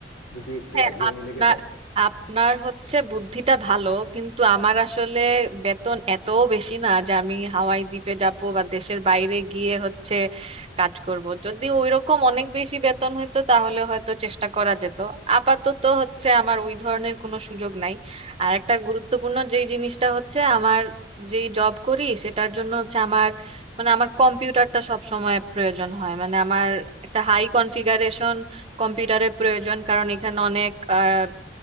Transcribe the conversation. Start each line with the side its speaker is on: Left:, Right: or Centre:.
Left: যদি একটু
Right: হ্যাঁ
Left: একঘেয়েমি
Right: আপনার
Left: লেগে যায়
Right: আপনার হচ্ছে বুদ্ধিটা ভালো কিন্তু আমার আসলে বেতন এত বেশি না যে আমি হাওয়াই দ্বীপে যাব বা দেশের বাইরে গিয়ে হচ্ছে কাজ করব যদি ওইরকম অনেক বেশি বেতন হতো তাহলে হয়তো চেষ্টা করা যেত আপাতত হচ্ছে আমার ওই ধরনের কোনো সুযোগ নাই আর একটা গুরুত্বপূর্ণ যেই জিনিসটা হচ্ছে আমার যেই জব করি সেটার জন্য হচ্ছে আমার মানে আমার কম্পিউটারটা সব সময় প্রয়োজন হয় মানে আমার একটা হাই কনফিগারেশন কম্পিউটারের প্রয়োজন কারণ এখানে অনেক আহ,